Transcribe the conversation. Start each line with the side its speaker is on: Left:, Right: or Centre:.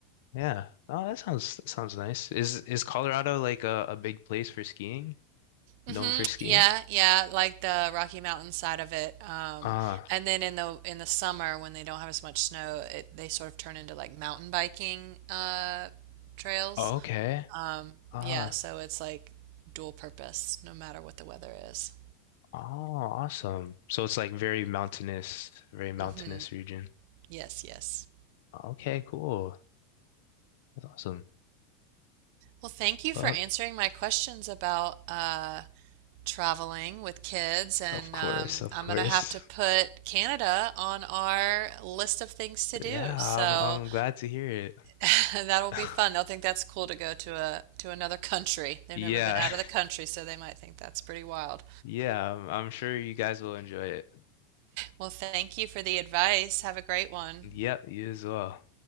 Left: Yeah. Oh, that sounds that sounds nice. Is is Colorado like a, a big place for skiing? Known
Right: hmm
Left: for skiing?
Right: yeah, yeah, like the Rocky Mountain side of it. Um,
Left: Uh,
Right: and then in the in the summer when they don't have as much snow, it, they sort of turn into like mountain biking uh, trails.
Left: okay.
Right: Um,
Left: Uh,
Right: yeah, so it's like dual purpose no matter what the weather is.
Left: oh, awesome. So it's like very mountainous, very mountainous
Right: hmm
Left: region.
Right: Yes, yes.
Left: Okay, cool. That's awesome.
Right: Well, thank you
Left: Well,
Right: for answering my questions about uh, traveling with kids, and
Left: of course,
Right: um,
Left: of
Right: I'm
Left: course.
Right: gonna have to put Canada on our list of things to do.
Left: Yeah,
Right: So
Left: I'm I'm glad to hear it.
Right: <laughs> that'll
Left: <laughs>
Right: be fun. They'll think that's cool to go to a to another country. They've
Left: Yeah.
Right: never been out
Left: <laughs>
Right: of the country, so they might think that's pretty wild.
Left: Yeah, I'm, I'm sure you guys will enjoy it.
Right: Well, thank you for the advice. Have a great one.
Left: Yep, you as well.